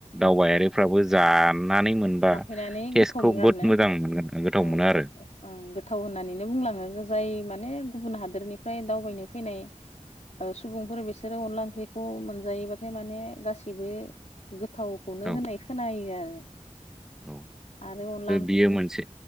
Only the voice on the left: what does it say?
ओं हादोरनिफ्राय
जाफैनानै
गोथाव मोनो
आरोना
ओं
गोथाव ओं गोथाव होननानैनो बुंलाङो। जाय माने गुबुन हादोरनिफ्राय दावबायनो फैनाय सुबुंफोर बिसोरो अनला ओंख्रिखौ मोनजायोबाथाय माने गासैबो गोथावखौनो
होननाय खोनायो आरो।
आरो अनला ओंख्रि